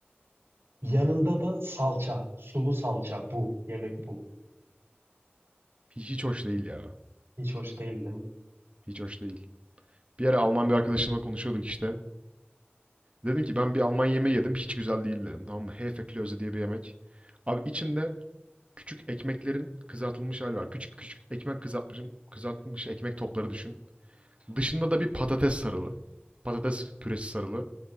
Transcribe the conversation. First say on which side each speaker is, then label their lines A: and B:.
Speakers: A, on the right; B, on the right.
A: Yanında da salça, sulu salça bu. Yemek bu.
B: Hi- Hiç hoş değil ya.
A: Hiç hoş değil değil mi?
B: Hiç hoş değil. Bir ara Alman bir arkadaşımla konuşuyorduk işte. Dedim ki ben bir Alman yemeği yedim. Hiç güzel değil dedim. Tamam mı? Hefeklöze diye bir yemek. Abi içinde küçük ekmeklerin kızartılmış hali var. Küçük küçük ekmek kızartmış, kızartılmış ekmek topları düşün. Dışında da bir patates sarılı. Patates püresi sarılı.